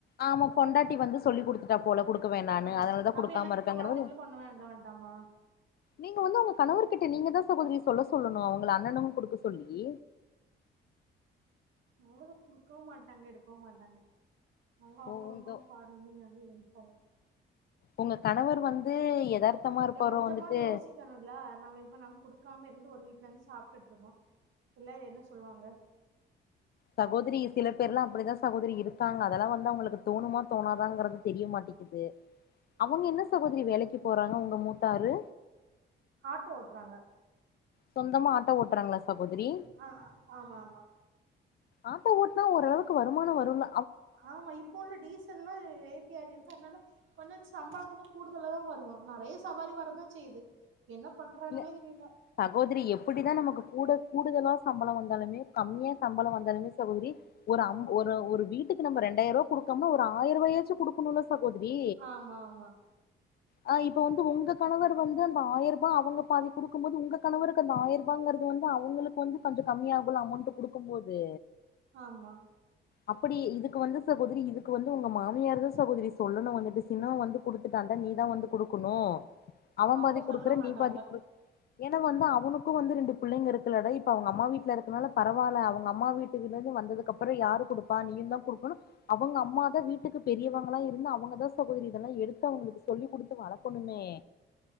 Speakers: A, on the left (about 50°); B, on the right (about 75°).
A: ஆமா பொண்டாட்டி வந்து சொல்லி குடுத்துட்டா போல குடுக்க வேணான்னு
B: ஆ
A: அதனாலதா
B: அப்ப
A: குடுக்காம
B: எனக்கு
A: இருக்காங்களோ
B: கொழந்தைகளுக்கு ஒண்ணு வாங்க வேண்டாமா
A: நீங்க வந்து உங்க கணவர்கிட்ட நீங்க தா சகோதரி சொல்ல சொல்லணு அவுங்க அண்ணனு குடுக்க சொல்லி
B: அவ்ளதா குடுக்கவு மாட்டாங்க எடுக்கவு மாட்டாங்க அவுங்க அவுங்க
A: ஓ உங்க
B: வந்து அவுங்க பாட் <unintelligible>
A: ஒங்க கணவர் வந்து எதார்த்தமா இருப்பாரோ
B: இல்ல கொஞ்சமாவது
A: வந்துட்டு
B: <unintelligible> நம்ம இப்ப நம்ம குடுக்காம இருந்து ஒரு வீட்டலந்து சாப்ட்டுட்ருக்கோ எல்லாரு என்ன சொல்வாங்க
A: சகோதரி சில பேர்லா அப்புடிதா சகோதரி இருக்காங்க அதலா வந்து அவுங்ளுக்கு தோணுமா தோணாதாங்கறது தெரியமாட்டே அவங்க என்ன சகோதரி வேலக்கி போறாங்க உங்க மூத்தாரு
B: ஆட்டோ ஓட்றாங்க
A: சொந்தமா ஆட்டோ ஓட்றாங்ளா சகோதரி
B: அ அ ஆமா ஆமா
A: ஆட்டோ ஓட்னா ஓரளவுக்கு வருமானோ வருல
B: ஆமா இப்போ உள்ள டீசல்ல்லா ரெட் <unintelligible> அத்னால கொஞ்சோ சம்பள வந்து கூடுதலாதா வரு நறைய சவாரி வரதா செய்யிது என்ன பண்றாங்கன்னே
A: இல்ல
B: தெரியல
A: சகோதரி எப்புடிதா நமக்கு கூட கூடுதலா சம்பள வந்தாலுமே கம்மியா சம்பள வந்தாலுமே சகோதரி ஒரு அம்ப் ஒரு ஒரு வீட்டுக்கு நம்ப ரெண்டாயர்வா குடுக்கம்னா ஒரு ஆயர்வாயாச்சு குடுக்கணுல்ல சகோதரி
B: ஆமா ஆமா
A: ஆ இப்ப வந்து உங்க கணவர் வந்து அந்த ஆயிரத் அவுங்க பாதி குடுக்கும்போது உங்க கனவருவுக்கு அந்த ஆயிருபாங்கற்து வந்து அவங்களுக்கு வந்து கொஞ்ச கம்மியாகுள்ள அமோண்ட்டு குடுக்கும்போது
B: ஆமா
A: அப்படி இதுக்கு வந்து சகோதரி இதுக்கு வந்து உங்க மாமியார் தா சகோதரி சொல்லணு வந்துட்டு சின்னவ வந்து குடுத்துட்டான்டா நீதா வந்து குடுக்குணு அவன்
B: அவங்க
A: பாதி குடுக்குற
B: சொல்ல மாட்டாங்க
A: நீ பாதி குடு ஏன்னா வந்து அவனுக் கு வந்து ரெண்டு பிள்ளைங்க இருக்குல்ல டா இப்ப அவுங்க அம்மா வீட்ல இருக்றனால பரவால அவங்க அம்மா வீட்ல இந்து வந்ததுக் அப் பற யாரு குடுப்பா நீயு தா குடுக்கணு அவுங்க அம்மாதா வீட்டுக்கு பெரியவங்கல்லா இருந்து அவங்கதா சகோதரி இதெல்லா எடுத்து அவுங்களுக்கு சொல்லிக் குடுத்து வளக்கணுமே